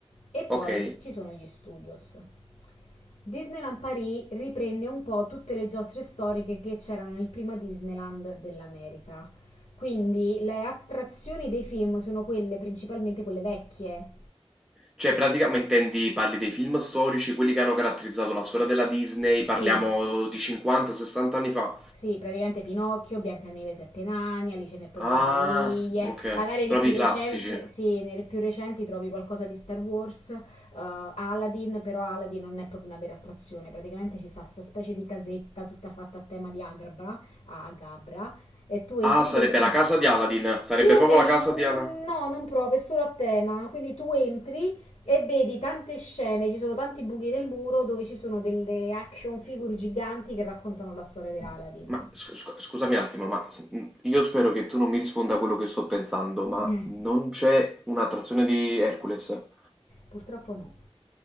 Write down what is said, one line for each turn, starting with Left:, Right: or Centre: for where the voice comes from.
Left: e poi
Centre: Ok.
Left: ci sono gli studios. Disneyland Paris riprende un po' tutte le giostre storiche che c'erano nel prima Disneyland dell'America. Quindi le attrazioni dei film sono quelle principalmente quelle vecchie.
Centre: Cioè pratica ma intendi parli dei film storici, quelli che hanno caratterizzato la storia della Disney,
Left: Sì,
Centre: parliamo di 50, 60 anni fa?
Left: sì, praticamente Pinocchio, Biancaneve e Sette Nani, Alice nel Paese
Centre: Ah,
Left: delle Meraviglie,
Centre: okay,
Left: magari di
Centre: proprio
Left: più
Centre: i
Left: recente,
Centre: classici.
Left: sì, nelle più recenti trovi qualcosa di Star Wars, eh, Aladdin, però Aladdin non è proprio una vera attrazione, praticamente ci sta questa specie di casetta tutta fatta a tema di Agrabah, Agabra, e tu entri
Centre: Ah, sarebbe
Left: dentro,
Centre: la casa di Aladdin, sarebbe
Left: Più o
Centre: proprio
Left: meno,
Centre: la casa
Left: mm,
Centre: di Ala
Left: no, non proprio, è solo a tema. Quindi tu entri e vedi tante scene, ci sono tanti buchi nel muro dove ci sono delle action figure giganti che raccontano la storia dell'Aladdin.
Centre: Ma scu scu scusami un attimo, ma s mhmm, io spero che tu non mi risponda a quello che sto pensando, ma
Left: Eh,
Centre: non c'è una trazione di Hercules?
Left: Purtroppo no,